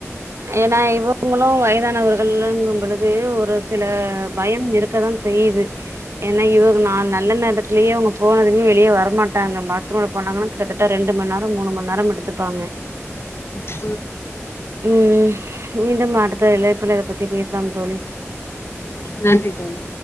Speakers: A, on the right (about 60°); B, on the left (about 55°).
A: ஏனா இ வுங்களு வயதானவர்கள்லுங்கும் பொழுது ஒரு சில பயம் இருக்கதா செய்யிது ஏன்னா இவுங்க நா நல்ல நேரத்துலயே இவுங்க போனதும்மே வெளிய வரமாட்டாங்க பாத்ரூல போனாங்கனா கிட்டத்தட்ட ரெண்டு மண் நேர மூணு மண் நேரம் எடுத்துப்பாங்க
B: உ
A: ம் மீண்டும் அடுத்த இழைப்புல இத பத்தி பேசலாம் தோழி
B: நன்றி தோழி